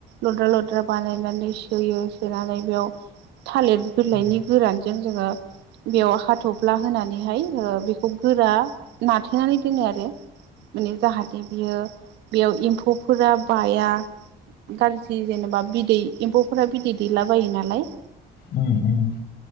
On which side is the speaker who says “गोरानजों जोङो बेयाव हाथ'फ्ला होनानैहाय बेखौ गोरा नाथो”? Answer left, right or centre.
Right